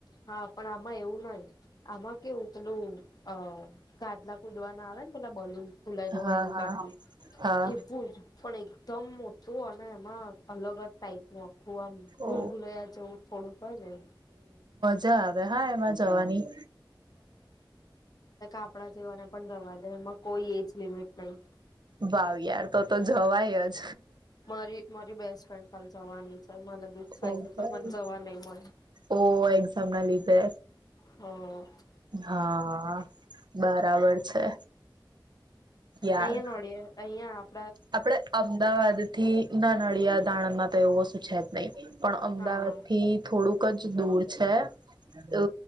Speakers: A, on the left (about 50°); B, on the right (about 60°).
A: હા. પણ આમાં એવું નહીં. આમાં કેવું- પેલું અ ગાદલા કુદવા ના આવે ને, પેલા બલૂન. ખુલાયેલો
B: હા
A: હોય એવું,
B: હા
A: ગાઢ
B: હા
A: એવું, પણ એકદમ મોટું ના, એમાં અલગ જ ટાઈપ નું ભૂલભૂલૈયા
B: ઓ
A: જેવું થોડુંક હોય ને એમ
B: જા આવે, હા એમાં જવાની
A: આપડા જેવાને પણ જવા દે કોઈ એજ લિમિટ નહી
B: ભાવ યાર તો તો જવાય જ.
A: મારી મારી બેસ્ટ ફ્રેન્ડ પણ જવાની છે. મને દુઃખ થાય
B: ઓ
A: છે
B: ભાઈ
A: તો મને જવા નહી મળે
B: ઓ, એક્ઝામ ના લીધે
A: હ
B: હા, બરાબર છે. યાર
A: અહીંયા નોડીએે, અહીંયા આપ.
B: આપડે અમદાવાદથી ના નડિયાદ દાણમાં તો એવું શું છે જ નહીં. પણ અમદાવાદ
A: હા
B: થી થોડુંક જ દૂર છે. અ